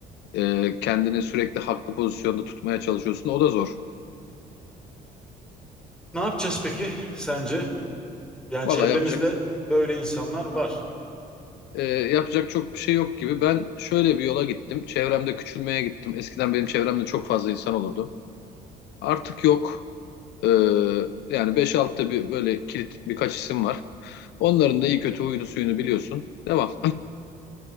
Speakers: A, on the left; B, in the centre.
A: Ee, kendini sürekli haklı pozisyonda tutmaya çalışıyorsun. O da zor.
B: Ne yapacağız peki sence? Yani
A: Valla
B: çevremizde
A: yapacak
B: böyle insanlar var.
A: e, yapacak çok bir şey yok gibi. Ben şöyle bir yola gittim. Çevremde küçülmeye gittim. Eskiden benim çevremde çok fazla insan olurdu. Artık yok. Ee, yani beş 6da bir böyle kilit birkaç isim var. Onların da iyi kötü huyunu suyunu biliyorsun. Devam.